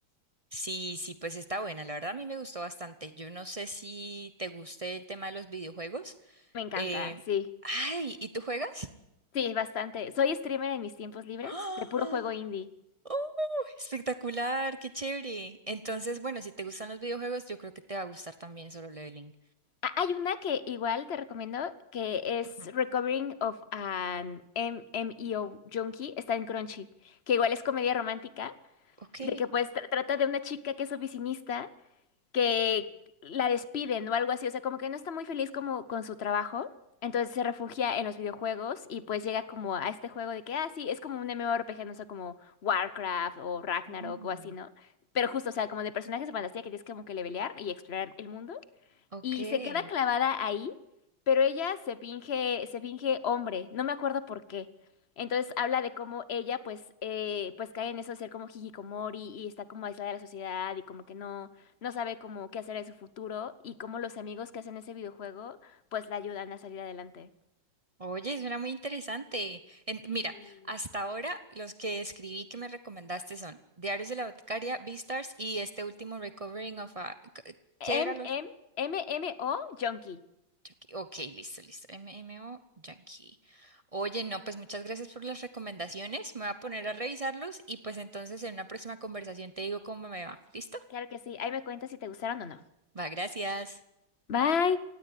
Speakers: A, on the right; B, on the left.
A: Sí, sí, pues está buena. La verdad a mí me gustó bastante. Yo no sé si te guste el tema de los videojuegos.
B: Me encanta,
A: Eh,
B: sí.
A: ay, ¿y tú juegas?
B: Sí, bastante. Soy streamer en mis tiempos libres
A: ¡Ah!
B: de puro juego indie.
A: ¡Oh, espectacular! ¡Qué chévere! Entonces, bueno, si te gustan los videojuegos, yo creo que te va a gustar también Solo Leveling.
B: Ah, hay una que igual te recomiendo que es
A: Ujú.
B: Recovering of an M M E O Junkie. Está en Crunchy. Que igual es comedia romántica.
A: Ok.
B: De que pues tra- trata de una chica que es oficinista que la despiden o algo así, o sea, como que no está muy feliz como con su trabajo, entonces se refugia en los videojuegos y pues llega como a este juego de que, ah, sí, es como un MMORPG, no sé, como Warcraft o Ragnarok
A: Mm,
B: o así, ¿no? Pero justo, o sea, como de personajes de fantasía que tienes como que levelear y explorar el mundo
A: ok.
B: y se queda clavada ahí, pero ella se finge, se finge hombre, no me acuerdo por qué. Entonces habla de cómo ella pues, eh, pues cae en eso de ser como hikikomori y está como aislada de la sociedad y como que no, no sabe como qué hacer en su futuro y cómo los amigos que hacen ese videojuego pues la ayudan a salir adelante.
A: Oye, suena muy interesante. En- mira,
B: Sí.
A: hasta ahora los que escribí que me recomendaste son Diarios de la Boticaria, Beastars y este último Recovering of a... ¿Qué
B: M
A: era?
B: M M M O Junkie.
A: Yankee. Ok, listo, listo. M O Yankee. Oye, no, pues muchas gracias por las recomendaciones. Me voy a poner a revisarlos y pues entonces en una próxima conversación te digo cómo me va. ¿Listo?
B: Claro que sí, ahí me cuentas si te gustaron o no.
A: Va, gracias.
B: Bye.